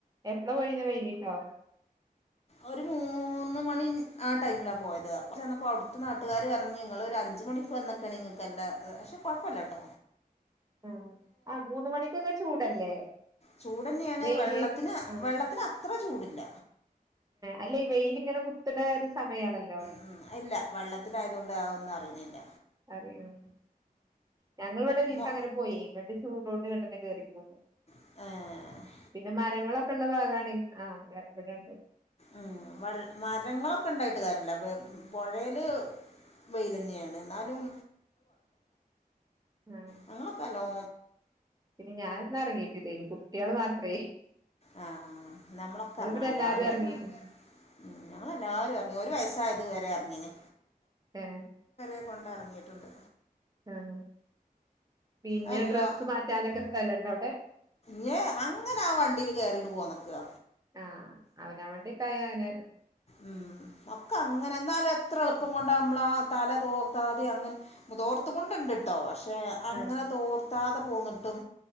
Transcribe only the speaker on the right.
എപ്പളാ പൊയ് വൈകിട്ടോ
ആഹ് ആഹ് മൂന്ന് മണിക്കൊക്കെ ചൂടല്ലേ
വെയില്
ആഹ്
അല്ലേ വെയിലിങ്ങനെ കുത്ത് ണെ ഒരു സമയാണല്ലോ
കരയുണു ഞങ്ങ ഇവിടെനിസ്
അങ്ങനെ പോയി ങ്ങട്ട് ചൂടോണ്ട് ഇങ്ങട്ടന്നെ കയറി പോന്നു
പിന്നെ മരങ്ങളൊക്കെ ഉള്ള ഭാഗണങ്കി ആഹ് ഇവിടെ ഇവിടെണ്ട്
ആഹ്
പിന്നെ ഞാനൊന്നും എറങ്ങീട്ടില്ലയ്ന്നു കുട്ടേള് മാത്രേ
നിങ്ങള്
പിന്നെ
ഇറങ്ങി
ഉം
ഏ
ആഹ് പിന്നെ
ഡ്രസ്സ് മാറ്റാനൊക്കെ സ്ഥലണ്ട് അവിടെ
ആഹ് അവന അവണ്ടി തായൻ
ആ